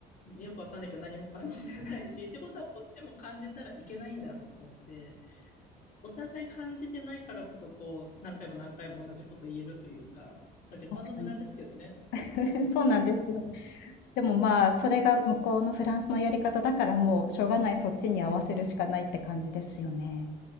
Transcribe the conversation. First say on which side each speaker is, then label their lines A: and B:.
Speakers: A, on the left (about 55°); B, on the left (about 80°).
A: よくわかんないけど何も感じてないし、ってことはこっちも感じたらいけないんだと思って、お互い感じてないからこそ、こう、何回も何回も同じこと言えるというか、まあ、時間の無駄ですけどね。
B: 確かに。<laughs> そうなんですよ。でも、まあ、それが向こうのフランスのやり方だから、もうしょうがない、そっちに合わせるしかないって感じですよね。